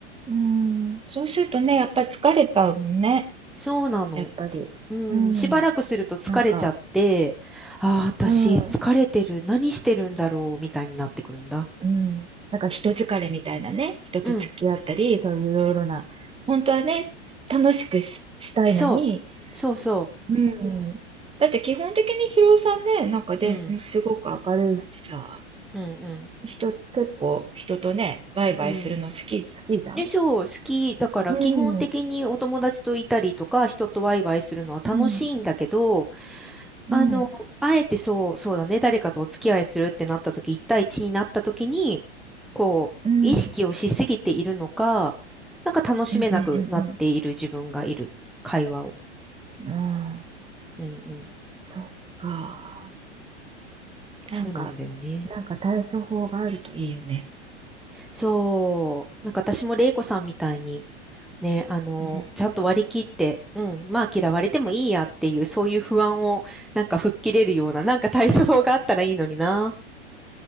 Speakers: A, on the right (about 15°); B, in the centre.
A: うん。そうするとね、やっぱ疲れたもんね。
B: そうなの。
A: やっぱり。
B: うん、
A: うん。
B: しばらくすると疲れちゃって、
A: なんか、
B: ああ、私疲れてる、
A: うん。
B: 何してるんだろう、みたいになってくるんだ。
A: うん。なんか人疲れみたいなね、人と付き合ったり、
B: うん、
A: そういういろいろな、本当はね、楽しくし、したいのに、
B: そう、そうそう。
A: うん。だって基本的にヒロさんね、なんか全すごく明るいしさ、
B: うん、うん、
A: 人、結構人とね、ワイワイするの好き、
B: うん、うん。
A: 好きじゃん
B: でしょう、シ好きだから基本的にお友達といたりとか、
A: うん。ね、
B: 人とワイワイするのは楽しいんだけど、
A: うん、うん、
B: あの、
A: うん、
B: あえてそう、そうだね、誰かとお付き合いするってなった時、一対一になった時に、こう、
A: うん、
B: 意識をしすぎているのか、
A: う
B: なんか楽しめなくなっている自分がいる、
A: ん、う
B: 会話を。
A: ん、うん。ああ、
B: うんうん。
A: そっか。
B: そうなんだよね。
A: なんか、なんか対処法があるといいよね。
B: そう。なんか私も玲子さんみたいに、ね、あの、
A: うん。
B: ちゃんと割り切って、うん、まあ嫌われてもいいやっていう、そういう不安をなんか吹っ切れるような、なんか対処法があったらいいのにな。